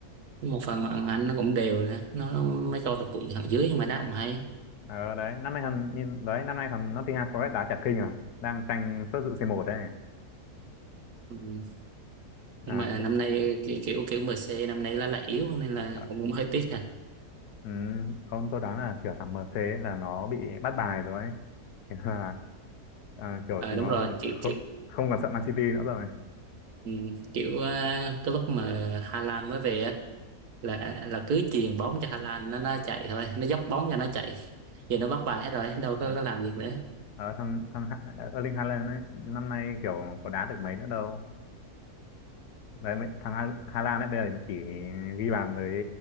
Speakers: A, on the right; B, on the left.
A: một phần là anh nó cũng đều nè nó, nó mới cho được bụi thằng dưới nhưng mà đá cũng hay
B: ờ đấy năm nay thằng nhìn đấy năm nay thằng Nottingham Forest đá chả kinh à đang tranh suất dự C1 đấy
A: ừ. nhưng
B: à,
A: mà
B: c-
A: năm nay ki- kiểu kiểu MC năm nay là là yếu nên là
B: à,
A: cũng, cũng hơi tiếc nè à,
B: ừ, không tôi đoán là kiểu thằng MC ấy là nó bị bắt bài rồi ấy. Thế là à, kiểu
A: Ờ,
B: chúng
A: đúng
B: nó
A: rồi kiểu
B: không,
A: kiểu
B: không còn sợ Man City nữa rồi
A: ừ. kiểu ờ, cái lúc mà Hà Lan mới về á là là cứ chuyền bóng cho Hà Lan nó nó chạy thôi nó dốc bóng cho nó chạy giờ nó bắt bài hết rồi đâu có,
B: ừ.
A: có làm việc nữa
B: Đó, thằng thằng Ha- Erling Haaland ấy năm nay kiểu có đá được mấy nữa đâu đấy mấy- thằng Ha- Hà Lan ấy bây giờ chỉ ghi bàn với